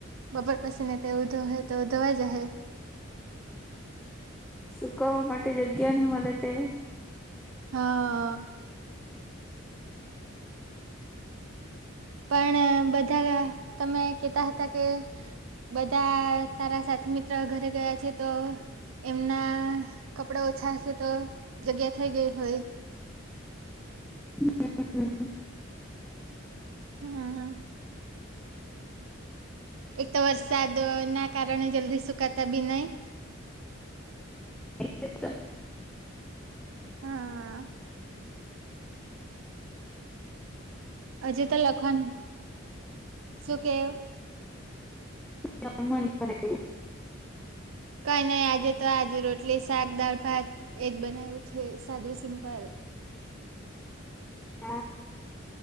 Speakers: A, on the right; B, in the centre.
A: બપોર પછી ને તે ધોહે તો ધોવા ઈ જહે.
B: સુકાવા માટે જગ્યા નહી મળે તે
A: હા. પણ બધા તમે કેતા હતા કે બધા તારા સાથી મિત્ર ઘરે ગયા છે તો એમના કપડા ઓછા હશે તો જગ્યા થઈ ગઈ હોય.
B: હમ્મ હામ હામ.
A: હા હા. એક તો વરસાદ ના કારણે જલ્દી સુકાતા બી નહી.
B: એ જ તો.
A: હા. હજુ તો લખવાનું શું કેવ.
B: <unintelligible>
A: કઈ નહી આજે તો આજે રોટલી શાક દાળ ભાત એજ બનાય્યું છે સાદું સિમ્પલ
B: હા